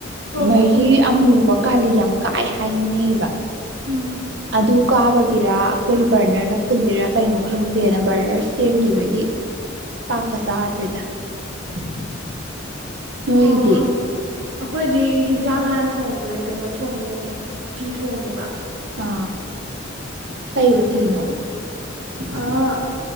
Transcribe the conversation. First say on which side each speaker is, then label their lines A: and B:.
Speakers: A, on the right; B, on the right.
A: ꯑꯣ
B: ꯃꯍꯤ ꯑꯃꯨꯕ ꯀꯥꯂꯤ ꯌꯥꯝ ꯀꯥꯏ ꯍꯥꯏꯅꯩꯕ
A: ꯎꯝ
B: ꯑꯗꯨ ꯀꯥꯕꯒꯤꯔ ꯑꯩꯈꯣꯏ ꯕꯔꯅꯔꯅ ꯐꯨꯜꯜꯂꯤꯔꯥ ꯀꯩꯅꯣ ꯈꯪꯗꯦꯗ ꯕꯔꯅꯔ ꯁꯦꯝꯈꯤꯕꯒꯤ ꯇꯥꯛꯀ ꯆꯥꯗ꯭ꯔꯤꯗ
A: <unintelligible>
B: ꯅꯣꯏꯒꯤꯗꯤ
A: ꯑꯣ ꯑꯩꯈꯣꯏꯗꯤ ꯍꯦꯟꯖꯥꯡ ꯍꯥꯥꯟꯅ ꯊꯣꯡꯈ꯭ꯔꯦ ꯀꯩꯅꯣ ꯊꯣꯡꯉꯦ ꯎꯇꯤ ꯊꯣꯡꯉꯦꯕ
B: ꯑꯥ ꯀꯩ ꯎꯇꯤꯅꯣ?
A: ꯑꯥ